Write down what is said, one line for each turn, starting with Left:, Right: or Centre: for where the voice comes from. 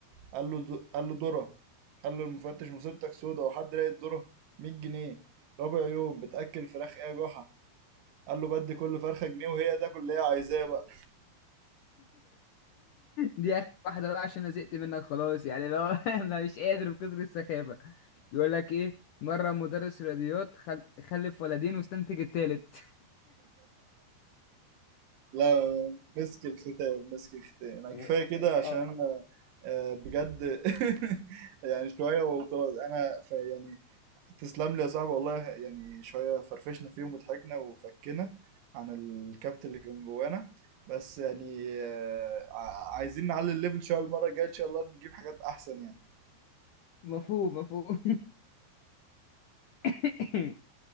Right: قال له ذو- قال له ذره قال له المفتش مصيبتك سودا هو حد لاقي الذره 100 جنيه رابع يوم بتأكل الفراخ ايه يا جحا قال له بدي كل فرخه جنيه وهي تاكل اللي هي عايزاه بقى
Left: دي اخر واحده بقى عشان انا زهقت منك خلاص يعني لو <laughs> انا مش قادر من كتر السخافه بيقول لك ايه مره مدرس رياضيات خل... خلف ولدين واستنتج التالت
Right: لا مسك الختام مسك الختام انا
Left: <laughs>
Right: كفايه كده عشان
Left: اه
Right: أنا، آه، بجد <laughs> يعني شويه وخلاص انا ف يعني تسلم لي يا صاحبي والله يعني شويه فرفشنا فيهم وضحكنا وفكنا عن الكابت اللي كان جوانا بس يعني آه، ع- عايزين نعلي الليفل شويه المره الجايه ان شاء الله نجيب حاجات احسن يعني
Left: مفهوم مفهوم <laughs> <coughs>